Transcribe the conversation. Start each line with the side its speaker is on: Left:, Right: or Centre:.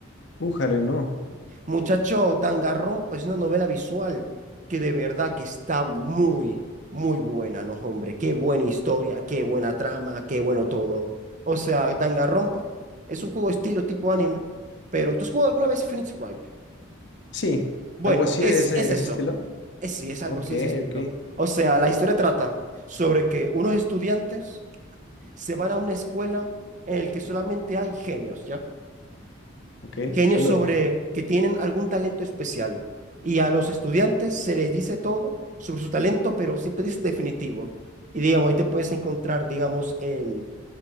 Left: Újale, no.
Right: Muchacho, Danganronpa es una novela visual que de verdad que está muy, muy buena, ¿no, hombre? Qué buena historia, qué buena trama, qué bueno todo. O sea, Danganronpa es un juego estilo tipo anime, pero ¿tú has jugado alguna vez Phoenix Wright?
Left: Sí,
Right: Bueno,
Left: algo así
Right: es,
Left: de ese,
Right: es eso.
Left: ese estilo.
Right: Es, sí, es algo
Left: Ok,
Right: así, ese estilo.
Left: ok,
Right: O sea, la historia trata sobre que unos estudiantes se van a una escuela en la que solamente hay genios, ¿ya?
Left: ok,
Right: Genios
Left: lleno
Right: sobre
Left: de gente.
Right: que tienen algún talento especial. Y a los estudiantes se les dice todo sobre su talento, pero siempre dicen definitivo. Y digamos, ahí te puedes encontrar, digamos, el,